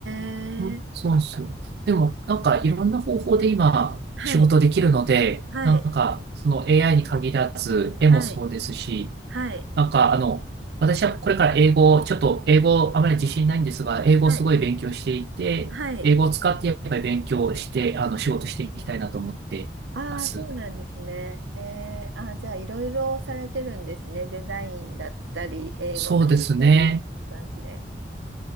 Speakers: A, on the right; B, on the right.
A: ー、
B: うん、そうそう。でも、なんかいろんな方法で今、
A: はい、
B: 仕事できるので、
A: はい、
B: なんか、その AI に限らず、絵もそうですし、
A: はい、はい、
B: なんか、あの、私はこれから英語を、ちょっと英語あまり自信ないんですが、英語をすごい勉強していて、
A: はい、はい。
B: 英語を使ってやっぱり勉強して、あの、仕事していきたいなと思ってます。
A: ああ、そうなんですね。えー、あー、じゃあ、いろいろされてるんですね。デザインだったり、英語だったりっていう感じで。
B: そうですね。